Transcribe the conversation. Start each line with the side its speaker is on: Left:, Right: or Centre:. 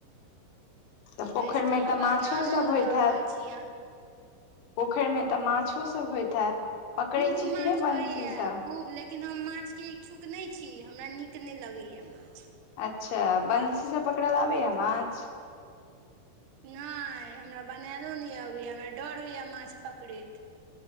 Left: तऽ पोखरिमे
Right: बैसि कऽ हवाके
Left: तऽ माछो
Right: आनन्द
Left: सब होइत
Right: लऽ
Left: हैत
Right: रहल छी अहाँ
Left: पोखरिमे तऽ माछोसभ होइत हैत पकड़ै
Right: खूब
Left: छी
Right: माछ
Left: कि नहि
Right: होइ
Left: बंशीसँ
Right: या खूब ले लेकिन हम माछके इच्छुक नय छी हमरा नीक नय लगैए माछ
Left: अच्छा बंसी से पकड़ ल आबैया माछ
Right: नहि हमरा बनायलो नहि अबैया हमरा डर होइया माछ पकड़ैत